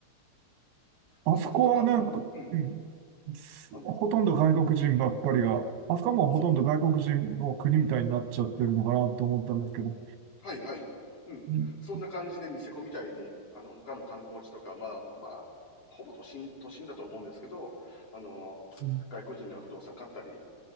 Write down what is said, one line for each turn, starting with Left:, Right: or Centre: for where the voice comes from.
Right: あそこはなんか、
Left: あそことかも、うん。
Right: うんすほとんど外国人ばっかりが、
Left: あの、
Right: あそこはもうほとんど外国人の国みたいになっちゃってるのかなと思ったんですけど。
Left: そう、はい、はい。うん。
Right: うん
Left: そんな感じでニセコみたいに、あの、他の観光地とか、まあ、まあ、ほぼ都心、都心だと思うんですけど、あの、
Right: うん
Left: 外国人が不動産買ったり